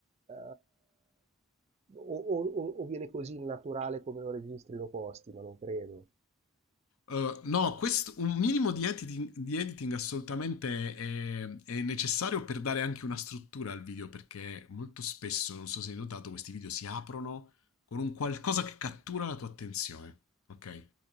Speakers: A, on the right; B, on the left.
A: eh, o, o- o- o viene così naturale come lo registri e lo posti, ma non credo.
B: Uh, no, quest- un minimo di editing, di editing assolutamente è, è necessario per dare anche una struttura al video, perché molto spesso, non so se hai notato, questi video si aprono con un qualcosa che cattura la tua attenzione, ok?